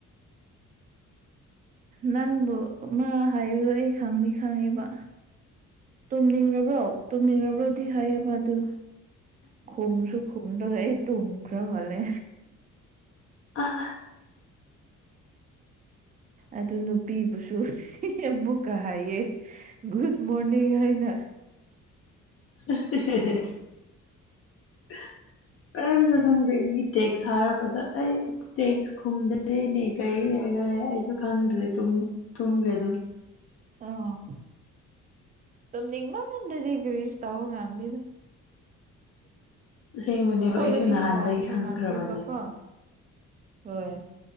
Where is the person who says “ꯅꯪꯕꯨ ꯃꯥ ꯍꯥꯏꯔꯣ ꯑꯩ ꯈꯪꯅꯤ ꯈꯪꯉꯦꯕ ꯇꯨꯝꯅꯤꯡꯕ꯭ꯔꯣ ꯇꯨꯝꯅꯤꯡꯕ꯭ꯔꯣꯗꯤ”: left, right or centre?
Right